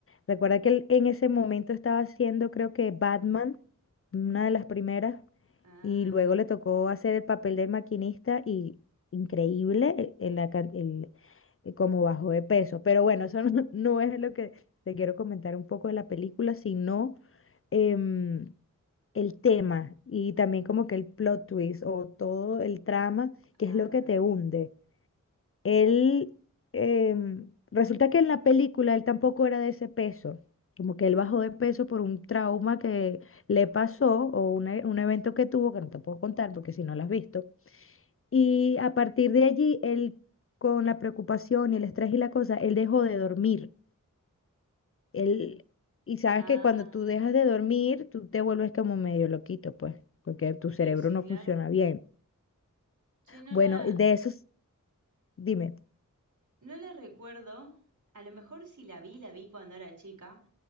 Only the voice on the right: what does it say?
ah.
Ah,
también.
Ah.
Y sí,
claro.
Che, no
la.
No la recuerdo. A lo mejor si la vi, la vi cuando era chica.